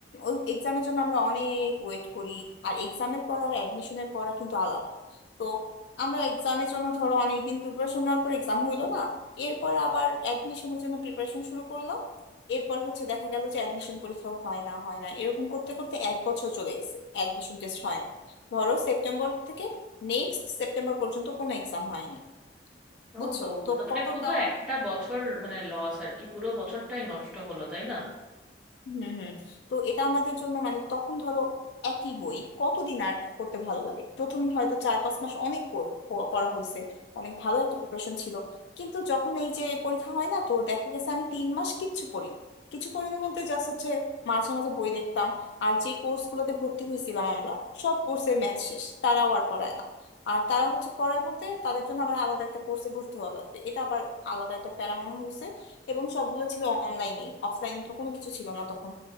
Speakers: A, on the left; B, in the centre.
A: ওই এক্সামের জন্য আমরা অনেক ওয়েট করি আর এক্সামের পর আর অ্যাডমিশনের পড়া কিন্তু আলাদা তো আমরা এক্সামের জন্য ধরো অনেকদিন প্রিপারেশন নেওয়ার পর এক্সাম হইলো না এরপর আবার অ্যাডমিশনের জন্য প্রিপারেশন শুরু করলাম এরপর হচ্ছে দেখা গেল যে অ্যাডমিশন পরীক্ষাও হয় না হয় না এরকম করতে করতে এক বছর চলে গেছে অ্যাডমিশন টেস্ট হয় না ধরো সেপ্টেম্বর থেকে নেক্সট সেপ্টেম্বর পর্যন্ত কোনো এক্সাম হয়নি
B: ওহো
A: বুঝছো তো
B: তো মানে
A: কতটা
B: পুরো একটা বছর মানে লস আর কি পুরো বছরটাই নষ্ট হলো তাই না
A: হম হম তো এটা আমাদের জন্য মানে তখন ধরো একই বই কতদিন আর পড়তে ভালো লাগে প্রথম হয়তো চার পাঁচ মাস অনেক পড়- প- পড়া হয়েছে অনেক ভালো একটা প্রিপারেশন ছিল কিন্তু যখন এই যে পরীক্ষা হয় না তো দেখা গেছে আমি তিন মাস কিচ্ছু পড়ি কিছু পড়ি না বলতে জাস্ট হচ্ছে মাঝে মাঝে বই দেখতাম আর যে কোর্স গুলোতে ভর্তি হয়েছিলাম আমরা সব কোর্সের ম্যাথ শেষ তারাও আর পড়ায় না আর তারা হচ্ছে পড়ায় বলতে তাদের জন্য আবার আলাদা একটা কোর্সে ভর্তি হওয়া লাগবে এটা আবার আলাদা একটা প্যারা মনে হয়েছে এবং সবগুলো ছিল অনলাইনে অফলাইনে তো কোনো কিছু ছিল না তখন